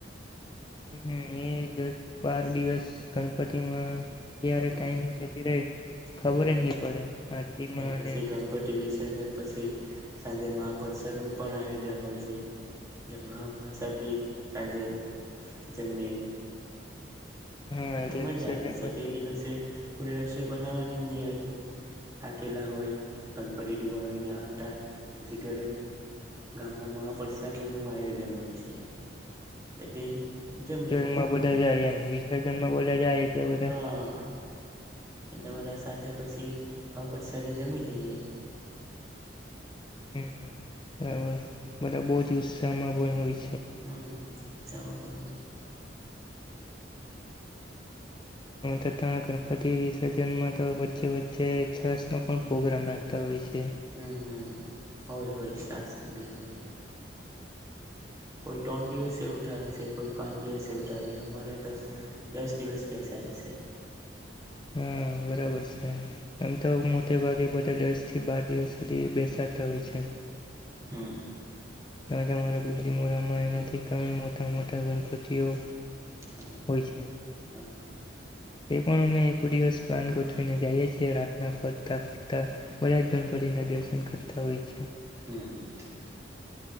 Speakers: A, on the left; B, on the right.
A: હમ એ દસ બાર દિવસ ગણપતિમાં ત્યારે
B: હમ
A: ટાઈમ જતી રહી
B: હમ
A: ખબર જ નહી પડે હતીમાં
B: ત્યાર પછી
A: અનેમ
B: ગણપતિ વિસર્જન પછી સાંજે મહાપરિસાદ નું પણ આયોજન હોય છે એટલે મહાપરિસાદ બી સાંજે જમએ
A: હા
B: અને
A: એટલે
B: મજા
A: વિસર્જન
B: આવે છે
A: પછી
B: તે દિવસે કોઈ રસોઈ બનાવા નય થાકેલા હોય ગણપતિ ડુબાવીને આવતા પછી ઘરે ગામમાં મહાપ્રસાદ નું આયોજન હોય છે એટલે તે જમી
A: હમાં
B: લે
A: બધા જમ વિસર્જન માં બોલ્યા જાય એટલે બધા
B: હા એટલે બધા સાથે પછી વાપડ સરી જમી લઈએ
A: હ બરાબર બધા બહ જ ઉત્સાહમાં પણ હોય છે
B: હમ ચા પણ હોય
A: તથા ગણપતિ વિસર્જનમાં વચે વચ્ચે છાસ નો પણ પ્રગ્રામ રાખતા હોય છે
B: હમ હમ હોય હય તાસ બ હોુ કોઈ ટોન્ડીિવસે ઉઠાારેે છે કોઈ પાંચ દિવસ એવઠા ર અમારે તો દસ દિવસ બેસા રહેેશે
A: હા બરાબર છે આમ તો મોટે ભાગે બધા દસ થી બાર દિવસ સુધી બેસાડતા હોય છે
B: હા હ
A: રાજા મારા બજ મોરામાં એનાથી કારણ મોટા મોટા ગણપતિઓ
B: હમ
A: હોય છે.
B: હા હા
A: તે પણ અમે એક દિવસ પ્લાન ગોઠવીને જઈએ છીએ રાતના ફરતા ફરતા બધા જ ગણપતિના દર્શન કરતા હોય છે
B: હમ હમ હમ હ